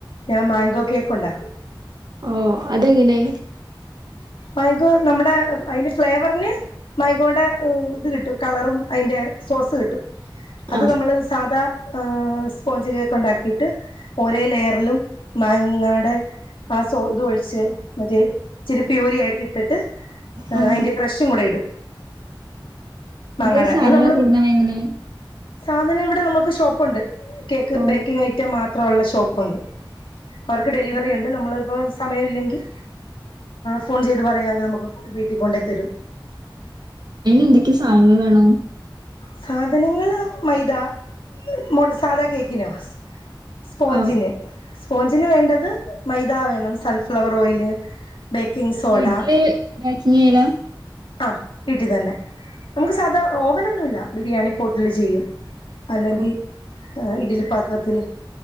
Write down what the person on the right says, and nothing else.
ഓ അതെങ്ങനെ
ആ
ആഹ്
ഇവിടെ ഈ സാധനങ്ങളൊക്കെ
ഇടുന്ന എങ്ങനെ
ഓ
അങ്ങനെ
അയിന് എന്തൊക്കെയ സാധങ്ങങ്ങള് വേണം
ആഹ്
വീട്ടില് ബേക്കിങ്ങ് ചെയ്യലാ
ആഹ്